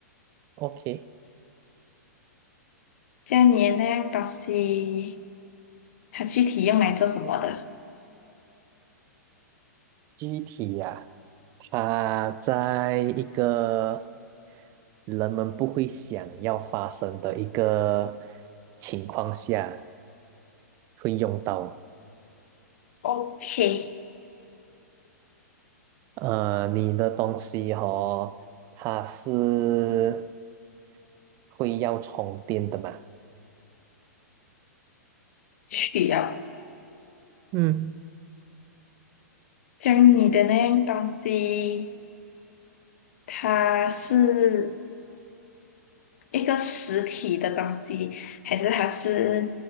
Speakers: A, on the right; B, on the left.
A: ？OK，
B: 这样你的那样东西它具体用来做什么的
A: 具体呀、它在一个人们不会想要发生的一个情况下会用到。
B: ？OK，
A: 呃，你的东西哦，它是会要充电的嘛？
B: 需要。
A: 嗯，
B: 像你的那样东西，它是一个实体的东西，还是它是